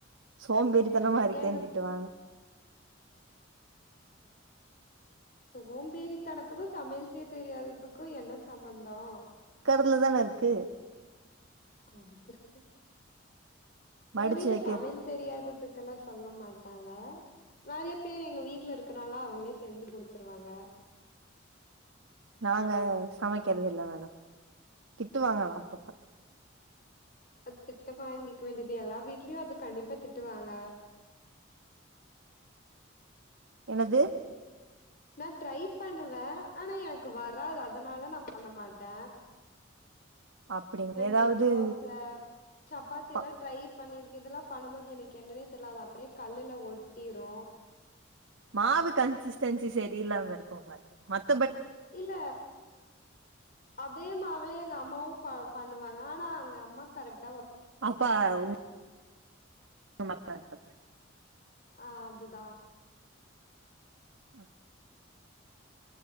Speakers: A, on the right; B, on the left.
A: சோம்பறித்தனமா இருக்கேனு
B: எங்க
A: திட்டு வாங்க
B: சோம்பேறித்தனத்துக்கு சமையல் செய்ய தெரியாததுக்கு என்ன சம்மந்தோ
A: தானே இருக்கு
B: அது இருக்கு
A: மடிச்சு
B: எங்க வீட்ல
A: வைக்க
B: சமையல் தெரியாத க்கெல்லா சொல்ல மாட்டாங்க நெறைய பேர் எங்க வீட்ல இருக் க்கனாலா அவங்களே செஞ்சு முடிச்சிருவாங்க
A: நாங்க சமைக்கறதில்ல மேடம் திட்டு வாங்கனு அப்பப்ப
B: அ திட்டு வாங்கிக்க வேண்டியது எல்லா வீட்லயு அது கண்டிப்பா திட்டுவாங்க
A: என்னது
B: நா ட்ரை பண்ணுவே ஆனா எனக்கு வராது அதுனால நா பண்ண மாட்ட
A: அப்டிங்களா
B: நா இந்த
A: ஏதாவது
B: தோச சப்பாத்தி
A: பா
B: எல்லா ட்ரை பண்ணிருக் இதெல்லா பண்ணும்போது எனக்கு என்னன்னே தெரியது அப்டியே கல்லுல ஒட்டிரு
A: மாவு கன்சிஸ்டன்சி செரியில்லாம இருக்கும்ங்க மத்
B: இல்ல அதே மாவுலயே எங்க அம்மாவு ப்பா பண்ணுவாங்க ஆனா அங்க அம்மா கரெக்
A: அப்ப உ மத்தாபடி
B: அ அதுதா
A: ஆஹ